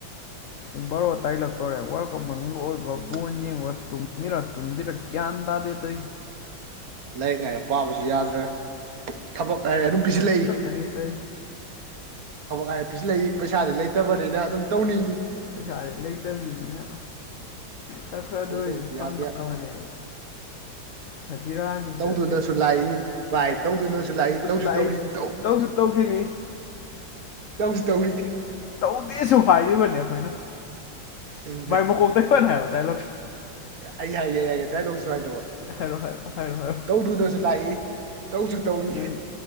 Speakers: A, on the left; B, on the right.
A: ꯄꯨꯡ ꯕꯥꯔꯣ ꯋꯥ ꯇꯥꯜꯂꯛꯇꯧꯔꯦ ꯋꯥꯔꯜ ꯀꯞ ꯃꯅꯨꯡꯗ ꯑꯣꯏꯕ
B: ꯎꯝ
A: ꯕꯣꯣꯟ ꯌꯦꯡꯕꯔ ꯇꯨꯝꯔꯛ ꯀꯌꯥ ꯑꯟꯗꯗ ꯇ
B: ꯂꯥꯏꯔꯤꯛ ꯂꯥꯏꯔ ꯄꯥꯕꯁꯨ ꯌꯥꯗ꯭ꯔꯦ ꯊꯕꯛ ꯉꯥꯏꯔꯦ ꯑꯗꯨꯝ ꯄꯁꯤꯜꯂꯛꯏ
A: ꯀꯅꯤ ꯇ
B: ꯊꯕꯛ ꯍꯥꯏꯥꯏꯔ ꯄꯁꯤ ꯂꯩꯏ ꯄꯩꯁꯥꯗꯤ ꯂꯩꯇꯕꯅꯤꯅ ꯑꯗꯨꯝ ꯇꯧꯅꯤꯡꯏꯤ
A: ꯀꯩꯀꯥꯔꯦ ꯂꯩꯇꯕꯤꯅꯤꯅ ꯈꯔ ꯈꯔꯗ
B: ꯇꯧꯗꯕꯁꯨ
A: ꯑꯣꯏꯔꯁꯨ
B: ꯌꯥꯗꯦ
A: ꯐꯪꯅꯕꯅꯦꯅ ꯐꯖꯤꯔꯥꯁꯤ
B: ꯇꯧꯗꯨꯅꯁꯨ
A: ꯆꯠꯂꯤ
B: ꯂꯥꯛꯏ ꯚꯏ ꯇꯧꯗꯨꯅꯁꯨ ꯂꯥꯛꯏ ꯇꯧꯁꯨ
A: ꯂꯥꯛꯏ
B: ꯇꯧꯔꯤ ꯇꯧ
A: ꯇꯧꯁꯨ ꯇꯧꯈꯤꯅꯤ
B: ꯇꯧꯁꯤ ꯇꯧꯁꯤ
A: ꯇꯧꯗꯦꯁꯨ ꯍꯥꯏꯔꯤꯕꯅꯦ ꯑꯩꯈꯣꯏꯅ
B: ꯎꯝ
A: ꯕꯥꯏ ꯃꯀꯣꯛ ꯇ ꯐꯅꯤ ꯍꯥꯏꯕ ꯗꯥꯏꯂꯣꯛꯁꯦ
B: ꯑꯩ ꯍꯥꯏꯒꯦ ꯑꯩ ꯍꯥꯏꯒꯦ ꯗꯥꯏꯂꯣꯛ ꯁꯨꯃꯥꯏꯅ ꯇꯧꯕ
A: ꯍꯥꯏꯔꯣ ꯍꯥꯏꯔꯣ ꯍꯥꯏꯔꯣ ꯍꯥꯏꯔꯣ
B: ꯇꯧꯗꯨꯅꯁꯨ ꯂꯥꯛꯏ ꯇꯧꯁꯨ ꯇꯧꯅꯤ
A: ꯎꯝ